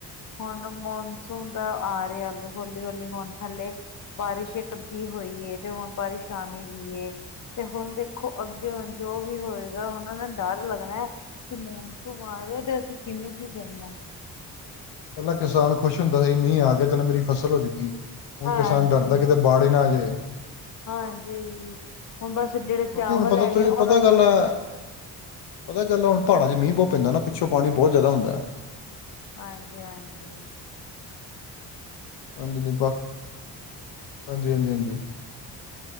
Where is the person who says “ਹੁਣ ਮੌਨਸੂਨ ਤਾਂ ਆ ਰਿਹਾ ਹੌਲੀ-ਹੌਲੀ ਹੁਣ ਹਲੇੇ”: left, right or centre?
Left